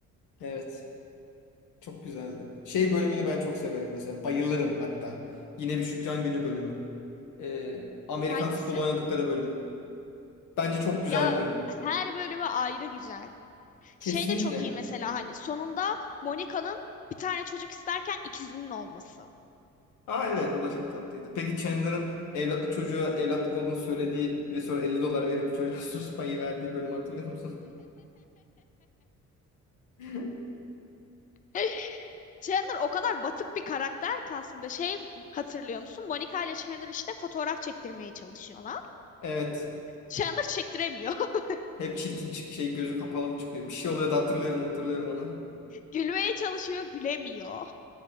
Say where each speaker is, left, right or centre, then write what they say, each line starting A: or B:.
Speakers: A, on the left (about 80°); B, on the left (about 25°).
A: evet. Çok güzeldi. Şey bölümünü ben çok severim mesela. Bayılırım hatta. Yine bir Şükran Günü bölümü. E, Amerikan
B: Hangisi?
A: futbolu oynadıkları bölüm. Bence çok güzel
B: Ya
A: bir bölüm.
B: her bölümü ayrı güzel.
A: Kesinlikle.
B: Şey de çok iyi mesela hani sonunda Monica'nın bir tane çocuk isterken ikizinin olması.
A: Aa evet o da çok tatlıydı. Peki Chandler'ın evlatlık çocuğu evlatlık olduğunu söylediği ve sonra 50 dolar verip çocuğa <laughs> sus payı verdiği bölümü hatırlıyor musun? <laughs>
B: <laughs> Chandler o kadar batık bir karakter ki aslında şey hatırlıyor musun? Monica ile Chandler işte fotoğraf çektirmeye çalışıyorlar.
A: Evet.
B: Chandler çektiremiyor. <laughs>
A: Hep çirkin çık şey gözü kapalı mı çıkıyor? Bir şey oluyor da hatırlıyorum hatırlıyorum onu.
B: Gülmeye çalışıyor, gülemiyor.